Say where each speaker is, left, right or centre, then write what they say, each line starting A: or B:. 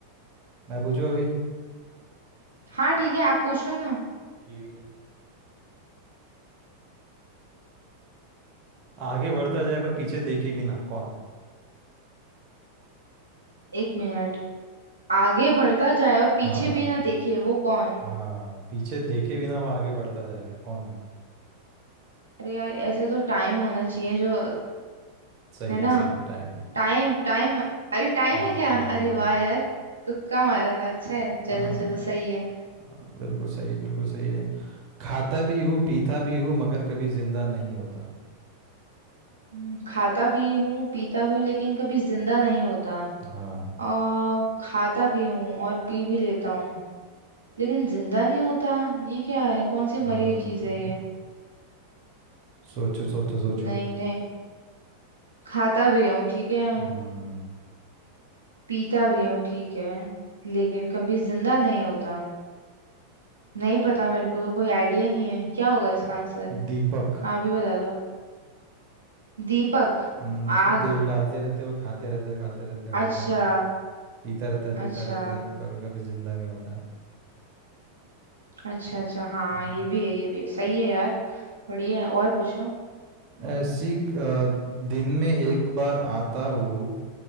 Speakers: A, on the right (about 40°); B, on the right (about 80°).
A: मैं पूछूं अभी
B: हाँ ठीक है आप पूछ लो ना
A: ठीक है आगे बढ़ता जाए पर पीछे देखे बिना कौन
B: एक मिनट आगे बढ़ता जाए और पीछे
A: हाँ
B: भी ना देखे वो कौन
A: हाँ पीछे देखे बिना वो आगे बढ़ता जाएगा कौन है वो
B: अरे यार ऐसे तो टाइम होना चाहिए जो
A: सही
B: है ना
A: है सही है टाइम है
B: टाइम टाइम अरे टाइम
A: हम्म,
B: है क्या
A: हाँ
B: अरे वाह यार तुक्का मारा था अच्छा है चलो
A: हाँ
B: चलो सही है
A: हाँ, बिल्कुल सही है बिल्कुल सही है खाता भी हूँ पीता भी हूँ मगर कभी जिंदा नहीं होता
B: हम्म, खाता भी हूँ पीता भी हूँ लेकिन कभी जिंदा नहीं होता
A: हाँ
B: और खाता भी हूँ और पी भी लेता हूँ लेकिन जिंदा नहीं होता ये क्या है कौन सी
A: हम्म
B: मरी हुई चीज है ये
A: सोचो सोचो सोचो
B: नहीं नहीं खाता भी हूँ ठीक है
A: हम्म
B: पीता भी हूँ ठीक है लेकिन कभी जिंदा नहीं होता नहीं पता मेरे को तो कोई आइडिया नहीं है क्या होगा इसका आंसर
A: दीपक
B: आप ही बता दो दीपक
A: हम्म, उसमें
B: आग
A: तेल डालते रहते हैं वो खाते रहता है खाते रहता है खाते
B: अच्छा
A: रहता है पीता रहता है पीता
B: अच्छा
A: रहता है पर वो कभी जिंदा नहीं होता
B: अच्छा अच्छा हाँ
A: हम्म।
B: ये भी है ये भी है सही है यार बढ़िया है और पूछो
A: ऐसी अ, दिन में एक बार आता हूँ